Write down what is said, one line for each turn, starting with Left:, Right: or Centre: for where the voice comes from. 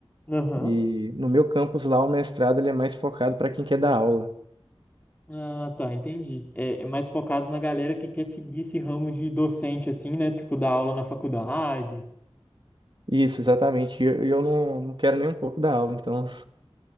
Left: aham.
Right: E no meu campus lá, o mestrado ele é mais focado para quem quer dar aula.
Left: Ah, tá, entendi. É, é mais focado na galera que quer seguir esse ramo de docente, assim, né? Tipo, dar aula na faculdade.
Right: Isso, exatamente. E eu, e eu não, não quero nem um pouco dar aula, então.